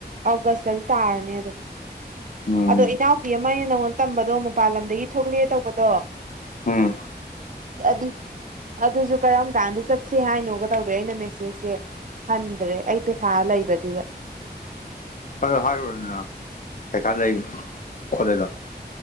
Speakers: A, on the right; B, on the left.
A: ꯑꯣꯒꯁꯇꯗꯤ ꯇꯥꯔꯅꯤ
B: ꯎꯝ
A: ꯑꯗꯣ ꯑꯩ ꯏꯅꯥꯎꯄꯤ ꯑꯃ ꯑꯩꯅ ꯅꯉꯣꯟꯗ ꯇꯝꯕꯗꯣ ꯃꯄꯥꯟ ꯂꯝꯗꯒꯤ ꯊꯣꯛꯂꯛꯑꯦ ꯇꯧꯕꯗꯣ
B: ꯎꯝ
A: ꯑꯗꯨ ꯑꯗꯨꯁꯨ ꯀꯔꯝ ꯀꯥꯟꯗ ꯆꯠꯁꯦ ꯍꯥꯏꯅꯣꯒ ꯇꯧꯗꯦ ꯑꯩꯅ ꯃꯦꯁꯦꯁꯁꯦ꯫ ꯍꯟꯗ꯭ꯔꯦ ꯑꯩ ꯄꯩꯁꯥ ꯂꯩꯕꯗꯨꯗ
B: ꯑꯗꯣ ꯍꯥꯏꯔꯨꯔꫭꯗꯅ ꯄꯩꯈꯥ ꯂꯩ ꯈꯣꯠꯂꯦꯅ